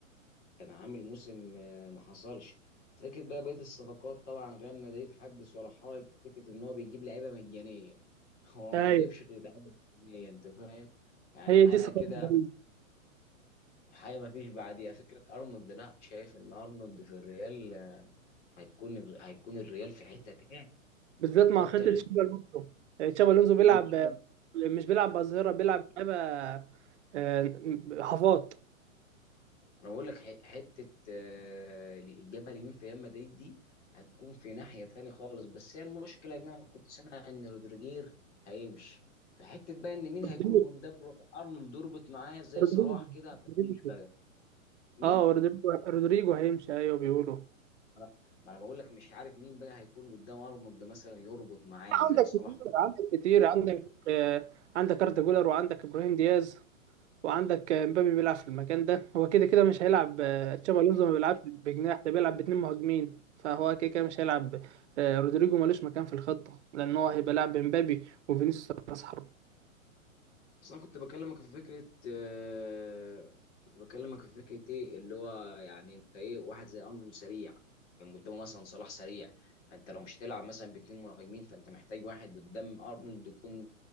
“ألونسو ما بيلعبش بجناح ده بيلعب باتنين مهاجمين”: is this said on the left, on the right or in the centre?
Right